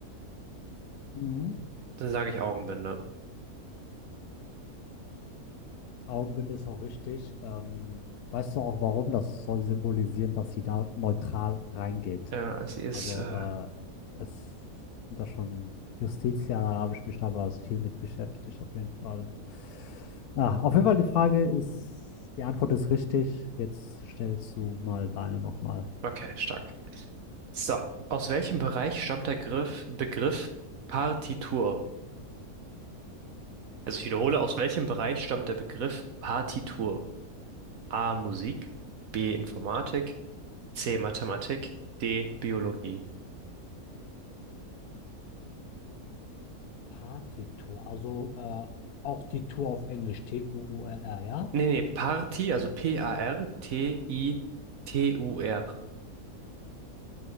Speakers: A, on the left (about 80°); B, on the right (about 70°).
A: Mhm.
B: Dann sage ich Augenbinde.
A: Augenbinde ist auch richtig. Ähm, weißt du auch warum? Das soll symbolisieren, dass sie da neutral reingeht.
B: Ja, sie ist,
A: Also
B: äh,
A: äh, es sind da schon Justitia, da habe ich mich damals viel mit beschäftigt, auf jeden Fall. Ah, auf jeden Fall die Frage ist, die Antwort ist richtig. Jetzt stellst du mal deine nochmal.
B: okay, stark. So, aus welchem Bereich stammt der Griff, Begriff Partitur? Also ich wiederhole, aus welchem Bereich stammt der Begriff Partitur? A. Musik, B. Informatik, C. Mathematik, D. Biologie.
A: Partitur, also äh, auch die Tour auf Englisch, T-U-U-R-R, ja?
B: Nee, nee, Party, also P-A-R-T-I-T-U-R.